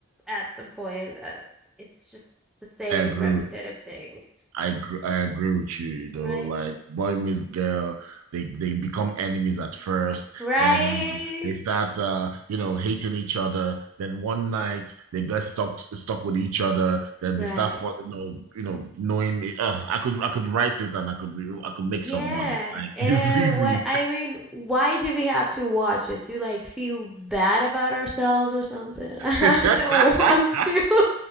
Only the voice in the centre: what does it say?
at some point. Uh, it's just the same
repetitive thing,
right?
Right.
Right.
Yeah.
Uh,
what I mean, why do we have to watch it to like feel bad about ourselves or something? <laughs> I
don't want to. <laughs>